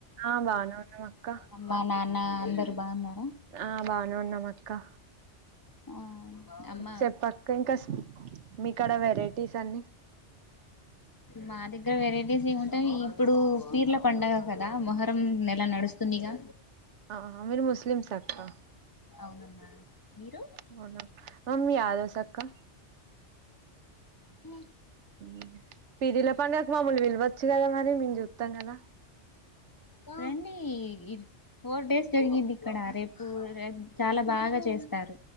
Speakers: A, on the right; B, on the left.
A: ఆ బాగనే వున్నాం అక్క
B: అమ్మ నాన్న అందరు బాగున్నారు
A: ఆ బానే ఉన్నాం అక్క
B: ఆ అమ్మ
A: చెప్పక ఇంకాస్ మీ కాడ వెరైటీస్ అన్ని
B: మా దగ్గర వెరైటీస్ ఏముంటాయి ఇప్పుడు పీర్ల పండగ కదా మొహరం నెల నడు వస్తుందిగా
A: ఆ మీరు ముస్లిమ్స్ ఆ అక్కా
B: అవునమ్మా మీరు
A: అవునా అ మీ యాదవ్ సక్కా
B: ఊ
A: ఊ పిరిల పండకు మమ్మల్ని విలవచ్చు కదా మరి మేము చూతాం కదా
B: రండి ఇప్ ఫోర్ డేస్ జరిగింది ఇక్కడ రేపు రేప్ చాలా బాగా బాగా చేస్తారు